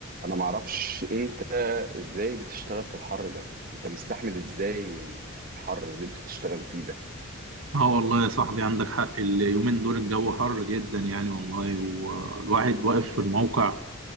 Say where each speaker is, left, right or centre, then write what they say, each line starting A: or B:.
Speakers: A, on the right; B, on the right.
A: انا ما اعرفش انت ازاي بتشتغل في الحر ده انت مستحمل ازاي الحر اللي انتوا بتشتغلوا فيه ده
B: اه والله يا صاحبي عندك حق اليومين دول الجو حر جدا يعني والله والواحد واقف في الموقع